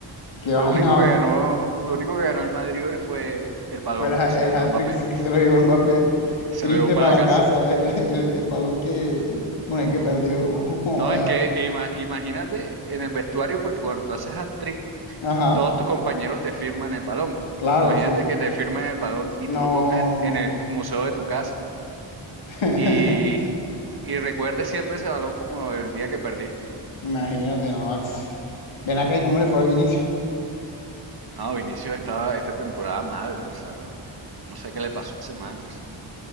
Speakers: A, on the left; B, on the right.
A: qué
B: Lo
A: vaina.
B: único que ganó, lo único que ganó el Madrid hoy fue el balón
A: Fue la-
B: que se lo
A: el
B: llevó
A: hat-trick
B: Mbappé.
A: sí que se lo llevó Mbappé.
B: Se
A: Triste
B: lo llevó para
A: para
B: la casa.
A: la casa, <laughs> el, el- el balón que, con el que perdió. <laughs> Joda.
B: No, es que ima- imagínate en el vestuario, porque cuando tú haces hat-trick,
A: Ajá,
B: todos tus compañeros te firman el balón.
A: claro,
B: Imagínate
A: sí, sí.
B: que te firmen el balón y
A: No.
B: tú lo pongas en, en el museo de tu casa
A: <laughs>
B: y, y recuerdes siempre ese balón como el día que perdiste.
A: Imagínate, no. Ax. Ven acá y cómo le fue a Vinicius.
B: No, Vinicius estaba esta temporada mal, o sea, no sé qué le pasó a ese man.